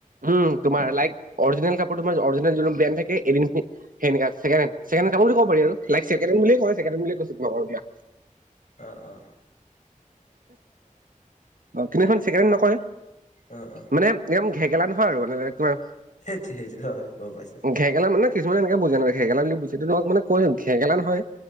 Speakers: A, on the right; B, on the left.
A: উম তোমাৰ লাইক অৰিজিনেল কাপোৰ তোমাৰ অৰিজিনেল যোনটো ব্ৰেণ্ড থাকে এডিছ, সেনেকা ছেকেণ্ড হেণ্ড। ছেকেণ্ড হেণ্ড, কাপোৰ বুলি ক'ব পাৰি আৰু লাইক ছেকেণ্ড হেণ্ড বুলিয়ে কয় ছেকেণ্ড হেণ্ড বুলিয়ে কৈছো লগৰ বিলাক
B: অঁ অঁ।
A: কিন্তু এইখন ছেকেণ্ড হেণ্ড, নকয়।
B: অ অ
A: মানে একদম ঘেগেলা নহয় আৰু মানে একেবাৰে
B: সেইটো সেইটো হয় গম পাইছো
A: ঘেকেলা মানে কিছুমান এনেকে বুজে নহয়। ঘেগেলা বুলি জোনটো তোমাক মানে কয় ঘেগেলা নহয়